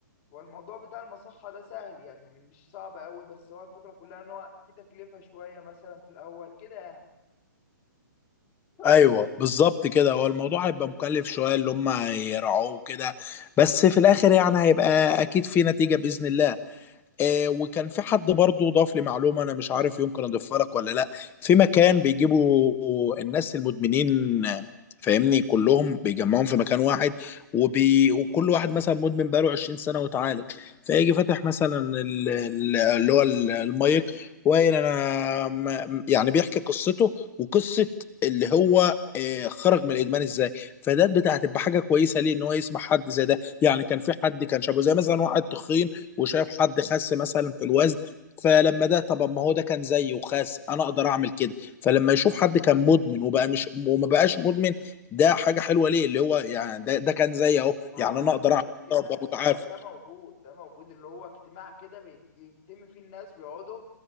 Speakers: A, on the left; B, on the left.
A: والموضوع بتاع المصحة ده سهل يعني مش صعب أوي بس هو الفكرة كلها إن هو في تكلفة شوية مثلا في الأول كده يعني
B: ايوه بالظبط كده هو الموضوع هيبقى مكلف شويه اللي هم هيرعوه كده بس في الاخر يعني هيبقى اكيد في نتيجه باذن الله آه وكان في حد برضه ضاف لي معلومه انا مش عارف يمكن اضيفها لك ولا لا في مكان بيجيبوا الناس المدمنين آه، فاهمني كلهم بيجمعهم في مكان واحد وبي... وكل واحد مثلا مدمن بقاله 20 سنه وتعالج فيجي فاتح مثلا ال- ال- اللي هو ال- المايك وقايل انا م- يعني بيحكي قصته وقصه اللي هو آه، خرج من الادمان ازاي فده بتاعت تبقى حاجه كويسه ليه ان هو يسمع حد زي ده يعني كان في حد كان شابه زي مثلا واحد تخين وشايف حد خس مثلا في الوزن فلما ده طب ما هو ده كان زيي وخاس انا اقدر اعمل كده فلما يشوف حد كان مدمن وبقى مش وما بقاش مدمن ده حاجه حلوه ليه اللي هو يعني ده ده كان زيي اهو
A: ما
B: يعني
A: هو انا
B: انا اقدر
A: بقول
B: اعمل
A: لك كده
B: كده وابقى متعافى
A: ده ده موجود ده موجود اللي هو اجتماع كده بيتم فيه الناس بيقعدوا